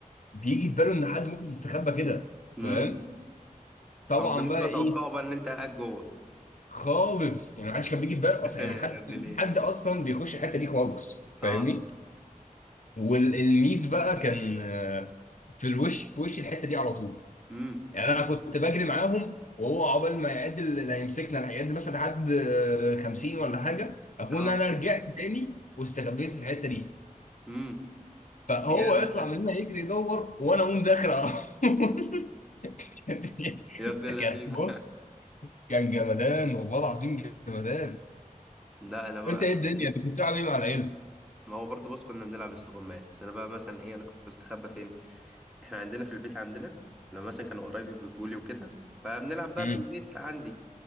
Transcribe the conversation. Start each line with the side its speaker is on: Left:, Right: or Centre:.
Left: بيجي في باله ان حد ممكن يستخبى كده
Centre: امم
Left: فاهم
Centre: فما
Left: طبعا
Centre: كانوش
Left: بقى
Centre: بيتوقعوا
Left: ايه
Centre: بقى ان انت قاعد جوه
Left: خالص يعني محدش كان بيجي في باله
Centre: <laughs>
Left: اصلا
Centre: يا
Left: يعني محد
Centre: ابن الايه
Left: حد اصلا بيخش الحته دي خالص
Centre: اه
Left: فاهمني والميس بقى كان آه، في الوش في وش الحته دي على طول
Centre: امم
Left: يعني انا كنت بجري معاهم وهو عقبال ما يعد ال- اللي هيمسكنا لا، يعد مثلا لحد آه، 50 ولا حاجه اكون
Centre: اه
Left: انا رجعت تاني واستخبيت في الحته دي
Centre: امم
Left: فهو
Centre: ده جامد
Left: يطلع
Centre: ده
Left: من هنا يجري يدور وانا اقوم داخل على طول <laughs> كانت-
Centre: يا ابن اللذينه
Left: كان بص كان جمدان والله العظيم جمدان
Centre: <laughs> لا انا بقى
Left: انت ايه الدنيا
Centre: عندنا
Left: انت كنت بتلعب ايه مع العيله؟
Centre: ما هو برضه بص كنا بنلعب استغماية بس انا بقى مثلا ايه انا كنت بستخبى فين احنا عندنا في البيت عندنا لما مثلا كانوا قرايبي بيجولي وكده فبنلعب بقى
Left: امم
Centre: في البيت عندي